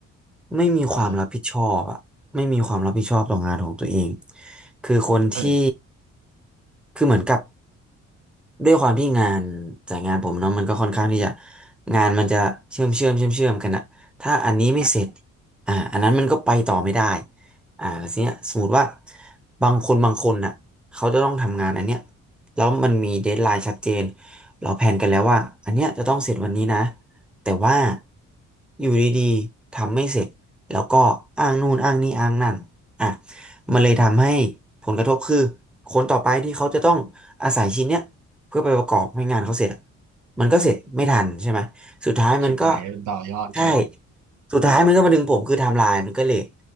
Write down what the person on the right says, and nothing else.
อ่า
เออ
อ่ะ
ชิบหายเป็นต่อยอด